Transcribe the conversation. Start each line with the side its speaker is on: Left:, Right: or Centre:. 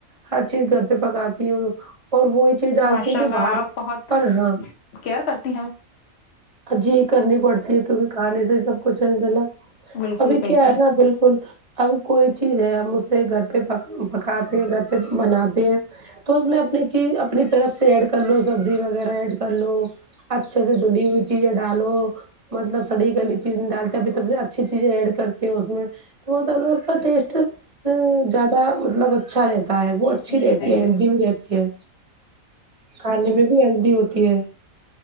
Right: ہر چیز گھر پہ پکاتی ہوں اور وہی چیز ڈالتی
Left: ماشاء
Right: ہوں جو
Left: اللہ
Right: باہر
Left: آپ بہت
Right: پر ہاں
Left: کیئر کرتی ہیں
Right: جی کرنی پڑتی ہے کیونکہ کھانے سے ہی سب کچھ ہے انسلہ
Left: بالکل
Right: ابھی
Left: بالکل
Right: کیا ہے نا بالکل ابھی کوئی چیز ہے ہم اسے گھر پہ پکاتے ہیں گھر پہ بناتے ہیں تو اس میں اپنی چیز اپنی طرف سے ایڈ کر لو سبزی وغیرہ ایڈ کر لو اچھے سے دھلی ہوئی چیزیں ڈالو مطلب سڑی گلی چیز ڈال کبھی تب سے اچھی چیزیں ایڈ کرتی ہو اس میں تو وہو اس کا ٹیسٹ ا زیادہ مطلب اچھا رہتا ہے وہ ا اچھی
Left: جی
Right: رہتی
Left: جی
Right: ہے ہیلدی
Left: جی
Right: بھی رہتی ہے کھانے میں بھی ہیلدی ہوتی ہے